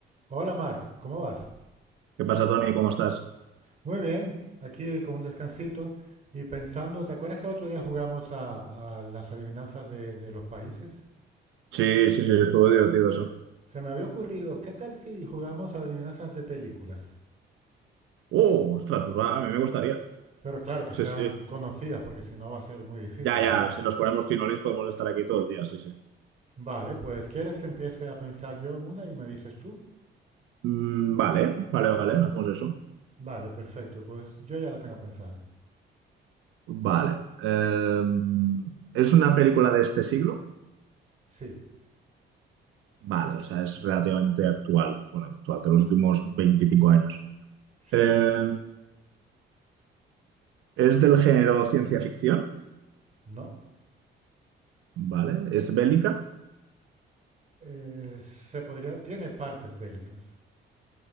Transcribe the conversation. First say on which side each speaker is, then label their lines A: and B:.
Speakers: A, on the right; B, on the right.
A: Hola Marc, ¿cómo vas?
B: ¿Qué pasa, Tony? ¿Cómo estás?
A: Muy bien, aquí con un descansito y pensando, ¿te acuerdas que el otro día jugamos a, a las adivinanzas de, de los países?
B: Sí, sí, sí, estuvo divertido eso.
A: Se me había ocurrido, ¿qué tal si jugamos a adivinanzas de películas?
B: ¡Oh, ostras! Pues va, a mí me gustaría.
A: Pero claro, que
B: Sí,
A: sean
B: sí.
A: conocidas, porque si no va a ser muy difícil,
B: Ya,
A: yo
B: ya,
A: creo.
B: si nos ponemos finolis podemos estar aquí todo el día, sí, sí.
A: Vale, pues ¿quieres que empiece a pensar yo en una y me dices tú?
B: Mm, vale, vale, vale, hacemos eso.
A: Vale, perfecto, pues yo ya la tengo pensada.
B: Vale. Eh, ¿es una película de este siglo?
A: Sí,
B: Vale, o sea, es relativamente actual. Bueno, actual, de los últimos veinticinco años.
A: sí,
B: Eh, ¿es del género ciencia ficción?
A: no.
B: Vale. ¿Es bélica?
A: Eh, se podría, tiene partes bélicas.